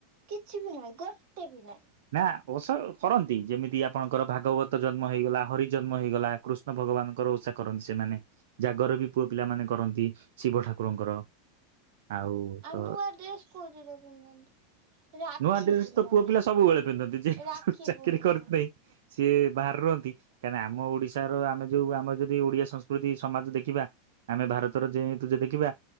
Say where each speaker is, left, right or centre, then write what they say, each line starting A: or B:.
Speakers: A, on the right (about 55°); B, on the right (about 70°).
A: କିଛି ବି ନାହିଁ ଗୋଟେ ବି ନାହିଁ?
B: ନା ଓଷା କରନ୍ତି। ଯେମିତି ଆପଣଙ୍କର ଭାଗବତ ଜନ୍ମ ହେଇଗଲା, ହରି ଜନ୍ମ ହେଇଗଲା କୃଷ୍ଣ ଭଗବାନଙ୍କର ଓଷା କରନ୍ତି ସେମାନେ। ଜାଗର ବି ପୁଅ ପିଲାମାନେ କରନ୍ତି ଶିବ ଠାକୁରଙ୍କର। ଆଉ ତ
A: ନୂଆ ଡ୍ରେସ୍ କୋଉଥିରେ ପିନ୍ଧନ୍ତି ରାକ୍ଷୀ
B: ନୂଆ ଡ୍ରେସ
A: ପୂର୍ଣ୍ଣମୀ
B: ତ ପୁଅ ପିଲା ସବୁବେଳେ ପିନ୍ଧନ୍ତି। ଯେହେତୁ
A: ରାକ୍ଷୀ
B: ଚାକିରୀ
A: ପୂର୍ଣ୍ଣମୀ।
B: କରିଥିବେ ସିଏ ବାହାରେ ରହନ୍ତି, କାହିଁକିନା ଆମ ଓଡିଶା ଆମେ ଯୋଉ ଆମର ଯଦି ଓଡିଆ ସଂସ୍କୃତି ସମାଜ ଦେଖିବା। ଆମେ ଭାରତର ଯେହେତୁ ଯେ ଦେଖିବା